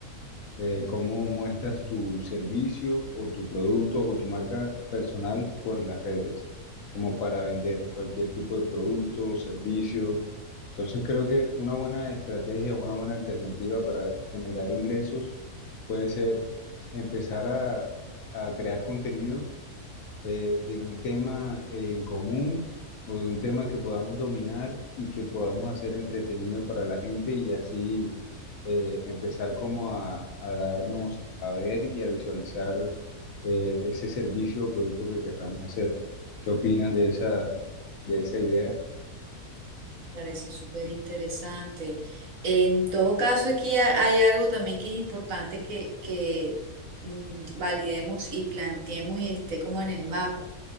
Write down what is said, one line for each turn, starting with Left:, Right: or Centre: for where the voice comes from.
Left: eh, cómo muestras tu servicio o tu producto o tu marca personal por las redes, como para vender cualquier tipo de producto o servicio. Entonces creo que una buena estrategia, una buena alternativa para generar ingresos puede ser empezar a, a crear contenido eh, de un tema eh, en común o de un tema que podamos dominar y que podamos hacer entretenido para la gente y así eh, empezar como a, a darnos a ver y a visualizar eh, ese servicio o producto que querramos hacer. ¿Qué opinas de esa, de esa idea?
Right: Parece súper interesante. En todo caso, aquí ha- hay algo también que es importante que, que mm, validemos y planteemos y esté como en el mapa.